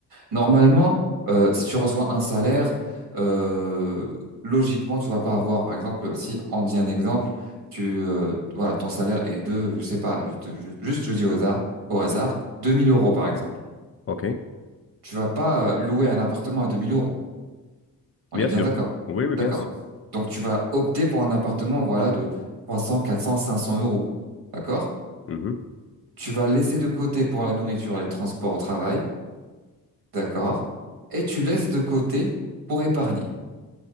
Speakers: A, on the right; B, on the left.
A: Normalement, euh, si tu reçois un salaire, euh, logiquement, tu vas pas avoir, par exemple, si on dit un exemple, tu, euh, voilà, ton salaire est de, je sais pas, je- je- juste je dis au hasard, au hasard, 2000 euros par exemple.
B: Ok,
A: Tu vas pas euh, louer un appartement à 2000 euros. On
B: bien
A: est bien
B: sûr.
A: d'accord.
B: Oui, oui, bien
A: D'accord.
B: sûr.
A: Donc tu vas opter pour un appartement, voilà, de trois cents quatre cents cinq cents euros. D'accord?
B: Mhm.
A: Tu vas laisser de côté pour la nourriture et le transport au travail. D'accord? Et tu laisses de côté pour épargner.